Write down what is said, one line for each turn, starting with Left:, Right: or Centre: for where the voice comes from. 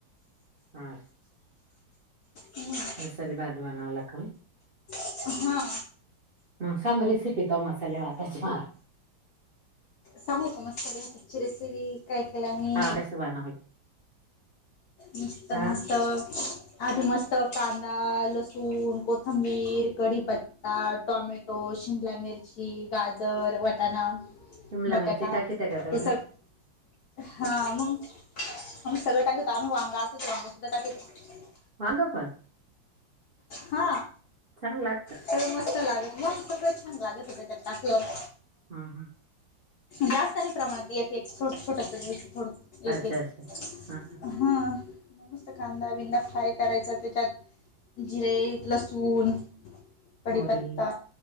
Right: <unintelligible>
Left: हम्म.
Right: मसाले भात बनावला का मग?
Left: हा!
Right: मंग सांग रेसिपी त्वा मसाले भाताची माला.
Left: सांगु का मसाले भाताची रेसिपी काय केलं नी
Right: हा कसं बनवली?
Left: मस्त
Right: हा
Left: मस्त आधी मस्त कांदा लसूण कोथंबीर कढीपत त्ता, टॉमॅटो, शिमला मिरची, गाजर, वटाणा
Right: शिमला
Left: बटाटा
Right: मिरची टाकीता का
Left: हेसग
Right: तुम्ही?
Left: हा मंग आम्ही सगळं टाकीतो, आम्ही वांग असत त वांग सुद्धा टाकीतो
Right: वांग पन
Left: हा!
Right: चांग लागत?
Left: सगळं मस्त लागत मग सगळं छान लागत त्याच्यात टाकल्या व
Right: हूं हूं!
Left: जास्त नही प्रमाणात एक, एक, छोट छोटस घ्यायचं थोड एक,
Right: अच्छा
Left: एक
Right: अच्छा हा
Left: हा म मस्त कांदा बिंदा फ्राय करायचा त्याच्यात जिरे लसून कडीपत्ता
Right: मोहरी